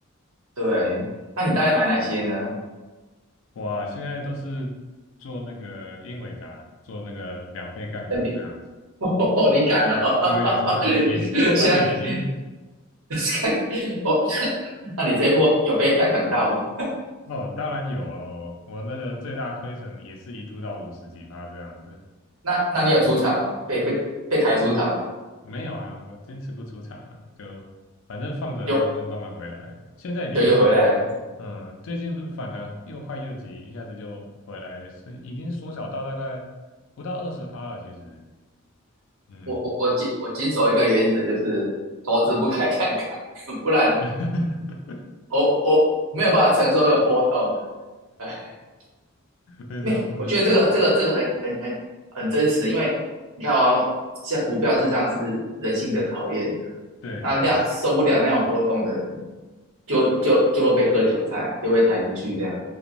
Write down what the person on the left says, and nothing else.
哇，现在都是做那个英伟达，做那个两倍杠杆这样子，
因为是也是充满野心。
哦，当然有哦，我那个最大亏损也是一度到五十几趴这样子。
没有啊，我坚持不出场了，就反正放着它就会慢慢回来。
现在已经回
嗯，最近不是反弹又快又急，一下子就回来是已经缩小到大概不到二十趴了。其实，嗯，
<laughs>
没错，
不，
对对